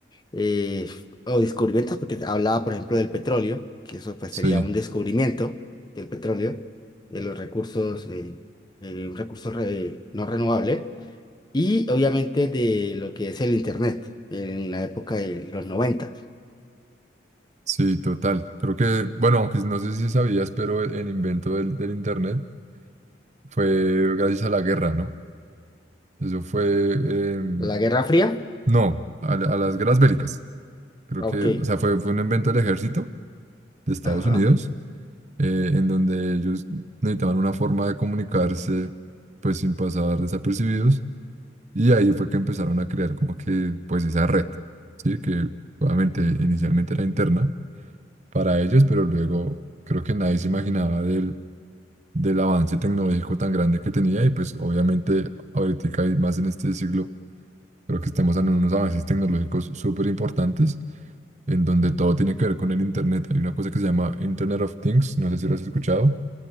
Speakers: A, on the left; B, on the right.
A: eh, o descubrimientos, porque hablaba, por ejemplo, del petróleo, que eso pues
B: Sí,
A: sería un descubrimiento del petróleo, de los recursos, eh, eh, un recurso re- no renovable, y obviamente de lo que es el Internet en la época de los noventa
B: sí, total. Creo que, bueno, aunque no sé si sabías, pero el, el invento del, del Internet fue gracias a la guerra, ¿no? Eso fue, em,
A: La Guerra Fría,
B: no, a, la- a las guerras bélicas. Creo
A: ok,
B: que, o sea, fue, fue un invento del ejército de Estados
A: ajá.
B: Unidos, eh, en donde ellos necesitaban una forma de comunicarse, pues sin pasar desapercibidos, y ahí fue que empezaron a crear como que, pues esa red, ¿sí? Que obviamente inicialmente era interna para ellos, pero luego creo que nadie se imaginaba del, del avance tecnológico tan grande que tenía y pues obviamente ahorita y más en este siglo creo que estamos en unos avances tecnológicos súper importantes en donde todo tiene que ver con el Internet. Hay una cosa que se llama Internet of Things, no sé si lo has escuchado.